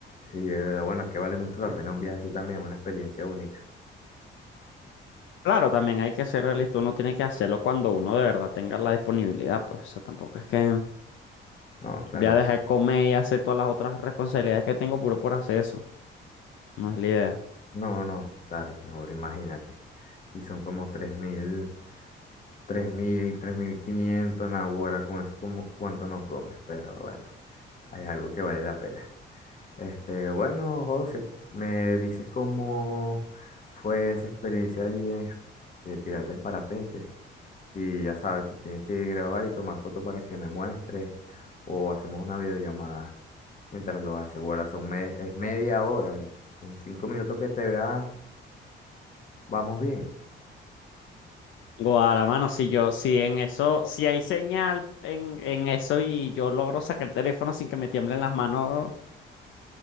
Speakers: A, on the left (about 40°); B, on the left (about 75°).
A: sí, de verdad, bueno, es que vale mucho la pena un viaje así también, es una experiencia única.
B: Claro, también hay que ser realista. Uno tiene que hacerlo cuando uno de verdad tenga la disponibilidad. Pues, o sea, tampoco es que
A: No, claro,
B: voy a dejar de comer y hacer todas las otras responsabilidades que tengo puro por hacer eso. No es la idea.
A: no, no, claro, no, ahora imagínate. Y son como tres tres mil tres mil tres mil quinientos ahora con eso como cuánto no comes, pero bueno, hay algo que vale la pena. Este, bueno, José, me dices cómo fue esa experiencia ahí eh, de tirarte en parapente. Y ya sabes, te tienes que grabar y tomar foto para que me muestres o hacemos una videollamada mientras lo haces. Bueno, son me- es media hora. y Con cinco minutos que te vea, vamos bien.
B: Guara, mano, si yo, si en eso, si hay señal en, en eso y yo logro sacar el teléfono sin que me tiemblen las manos,